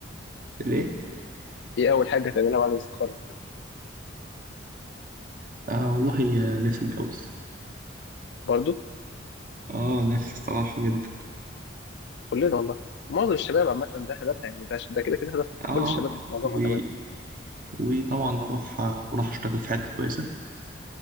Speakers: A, on the right; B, on the left.
A: ليه
B: ايه اول حاجة هتعملها بعد ما تتخرج؟
A: آه والله يا نفسي اتجوز
B: برضه
A: اه نفسي الصراحه جدا
B: كلنا والله معظم الشباب عامة ده هدفها يعني ده ده كده كده هدف
A: اه آه.
B: كل الشباب في معظمها
A: و...
B: كمان ان
A: وطبعا اروح اروح اشتغل في حته كويسه